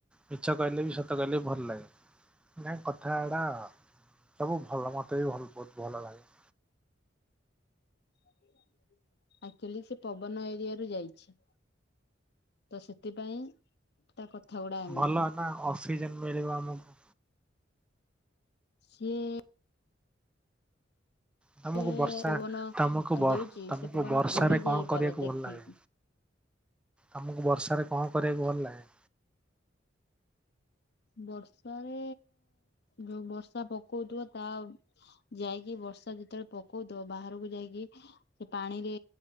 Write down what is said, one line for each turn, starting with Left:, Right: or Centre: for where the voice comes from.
Centre: ମିଛ କହିଲେ ବି ସତ କହିଲେ ବି ଭଲ ଲାଗେ। ନାଇ କଥା ଏଡା ସବୁ ଭଲ ମୋତେ ବି ଭଲ ବହୁତ ଭଲ ଲାଗେ।
Left: ହଁ ଆକ୍ଚୁଆଲି ସେ ପବନ ଏରିଆ ରୁ ଯାଇଛି ତ ସେଥିପାଇଁ। ତା କଥା ଗୁଡା ଏମିତି।
Centre: ଭଲ ନା ଅକ୍ସିଜେନ ମିଳିବ ଆମକୁ।
Left: ସିଏ
Centre: ତମକୁ
Left: ଯୌବନ
Centre: ବର୍ଷା ତମକୁ
Left: ଦଉଛି
Centre: ତମକୁ
Left: ସେ ପବନ
Centre: ବର୍ଷ
Left: ଉଡି
Centre: ରେ
Left: ଯାଇପାର
Centre: କଣ କରିବାକୁ
Left: ଦେଖିକି
Centre: ଭଲ ଲାଗେ? ତମକୁ ବର୍ଷାରେ କଣ କରିବାକୁ ଭଲ ଲାଗେ?
Left: ବର୍ଷାରେ ଯୋଉ ବର୍ଷା ପକଉଥିବ ତା ଯାଇକି ବର୍ଷା ଯେତେବେଳେ ପକୋଉଥିବ ବାହାରକୁ ଯାଇକି ସେ ପାଣିରେ